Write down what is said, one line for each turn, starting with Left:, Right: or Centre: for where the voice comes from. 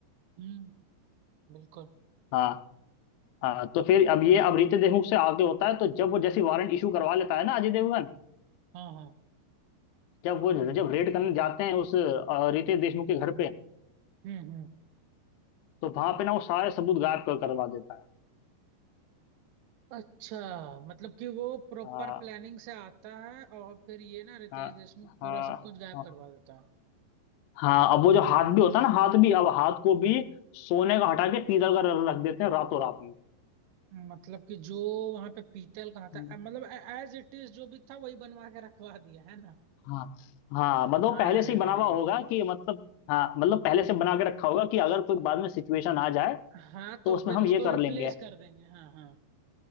Right: हम्म बिल्कुल
Left: हाँ हाँ तो फिर अब ये अब रितेश देशमुख से आगे होता है तो जब वो जैसे वारंट इशू करवा लेता है ना अजय देवगन
Right: हाँ हाँ
Left: जब वो जब रेड करने जाते हैं उस अ, रितेश देशमुख के घर पे
Right: हम्म हम्म
Left: तो वहां पे ना वो सारे सबूत गायब कर करवा देता है
Right: अच्छा मतलब कि वो प्रॉपर
Left: हाँ
Right: प्लानिंग से आता है और फिर ये ना रितेश
Left: हाँ
Right: देशमुख पूरा
Left: हाँ
Right: सब कुछ गायब
Left: हाँ
Right: करवा देता है
Left: हाँ, अब वो जो हाथ भी होता है ना हाथ भी अब हाथ को भी सोने का हटा के पीतल का रख देते हैं रातों रात
Right: मतलब कि जो वहां पे पीतल कहाँ था
Left: में
Right: अ, मतलब एज इट इज जो भी था वही बनवा के रखवा दिया है ना
Left: हाँ हाँ मतलब
Right: अरे
Left: पहले से ही बना
Right: भाई
Left: हुआ होगा कि मतलब हाँ मतलब पहले से बना के रखा होगा कि अगर कोई बाद में सिचुएशन आ जाए
Right: हाँ
Left: तो
Right: तो
Left: उसमें
Right: फिर
Left: हम
Right: उसको
Left: ये कर
Right: रिप्लेस
Left: लेंगे
Right: कर देंगे हाँ हाँ